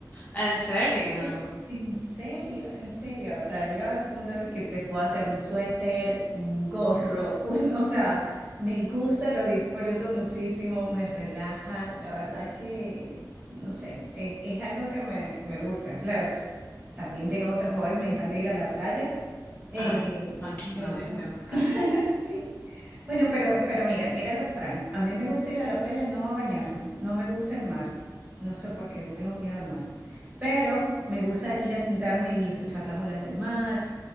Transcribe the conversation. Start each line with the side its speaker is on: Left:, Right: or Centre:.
Left: ¿En serio?
Right: No sé, en serio, en serio. O sea, he llegado al punto de que te puedo hacer un suéter, un gorro, <laughs> un- o sea, me gusta, lo disfruto muchísimo, me relaja. La verdad que, no sé, es, es algo que me, me gusta. Claro, También tengo otros hobbies, me encanta ir a la playa. eh,
Left: Ay, aquí
Right: me
Left: no,
Right: gusta.
Left: Dios mío, me
Right: <laughs>
Left: encanta.
Right: Sí. Bueno, pero, pero mira, mira lo extraño. A mí me gusta ir a la playa no a bañarme, no me gusta el mar. No sé por qué, le tengo miedo al mar. Pero me gusta ir a sentarme y escuchar las olas del mar,